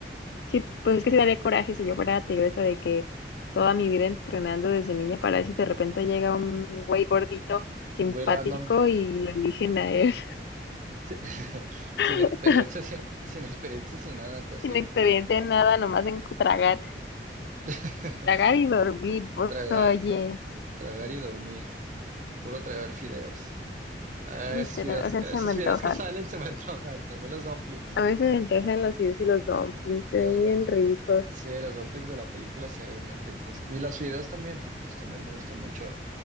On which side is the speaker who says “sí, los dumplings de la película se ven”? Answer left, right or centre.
Right